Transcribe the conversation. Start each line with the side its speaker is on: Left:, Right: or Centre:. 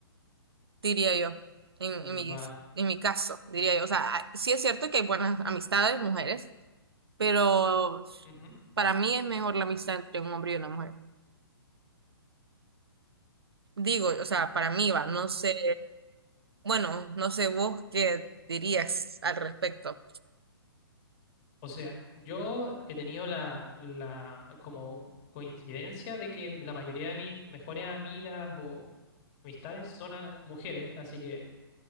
Right: diría yo, en,
Left: Vale,
Right: en mi, en mi caso, diría yo. O sea, ah, sí es cierto que hay buenas amistades, mujeres, pero
Left: ujú.
Right: para mí es mejor la amistad entre un hombre y una mujer. Digo, o sea, para mí va, no sé, bueno, no sé vos qué dirías al respecto.
Left: O sea, yo he tenido la, la como coincidencia de que la mayoría de mis mejores amigas o amistades son a- mujeres, así que,